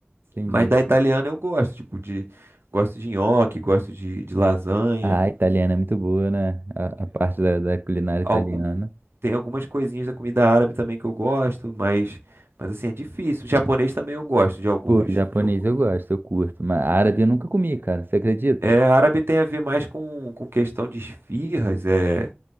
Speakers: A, on the right (about 55°); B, on the right (about 85°).
A: entendi.
B: Mas da italiana eu gosto, tipo de gosto de nhoque, gosto de, de lasanha,
A: Ah, a italiana é muito boa, né? A, a parte da da culinária
B: algum
A: italiana.
B: tem algumas coisinhas da comida árabe também que eu gosto, mas mas assim, é difícil. Japonês também eu gosto de alguns.
A: Pô, japonês
B: de alguns.
A: eu gosto, eu curto. Mas árabe eu nunca comi, cara. Você acredita?
B: É, árabe tem a ver mais com, com questão de esfirras, é